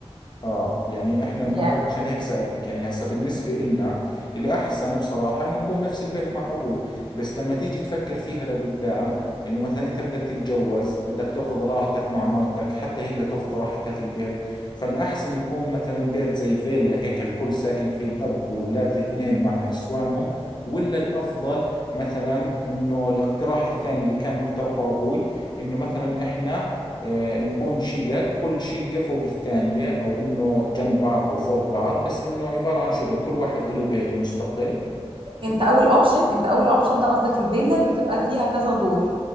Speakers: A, on the left (about 40°); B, on the right (about 55°).
A: اه يعني احنا
B: يعني
A: ما هو عشان هيك سألتك يعني هسا بالنسبة إلنا الأحسن بصراحة إنه نكون بنفس البيت مع أبوي بس لما تيجي تفكر فيها لقدام إنه مثلا أنت بدك تتجوز بدك تاخذ راحتك مع مرتك حتى هي بدها تاخذ راحتها في البيت فالأحسن يكون مثلا بيت زي فيلا هيك الكل ساكن فيه الأب والأولاد الاثنين مع نسوانهم ولا الأفضل مثلا إنه الاقتراح الثاني اللي كان مقترحه أبوي إنه مثلا إحنا آه، نكون شقق كل شقة فوق الثانية أو إنه جنب بعض أو فوق بعض بس إنه عبارة عن شقق كل واحد له بيته مستقل
B: انت اول اوبشن انت اول اوبشن ده قصدك الفيلا اللي بتبقى فيها كذا دور